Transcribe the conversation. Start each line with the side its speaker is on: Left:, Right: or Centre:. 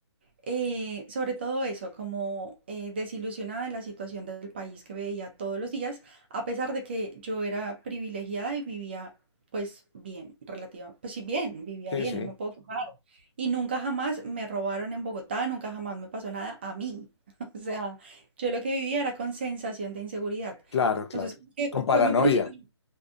Right: eh, sobre todo eso, como eh, desilusionada de la situación del país que veía todos los días, a pesar de que yo era privilegiada y vivía pues bien, relativa, pues sí bien, vivía
Left: Sí,
Right: bien,
Left: sí.
Right: no me puedo quejar. Y nunca jamás me robaron en Bogotá, nunca jamás me pasó nada a mí. <laughs> O sea, yo lo que vivía era con sensación de inseguridad.
Left: Claro,
Right: Entonces,
Left: claro.
Right: como que
Left: Con paranoia.
Right: fue mi principal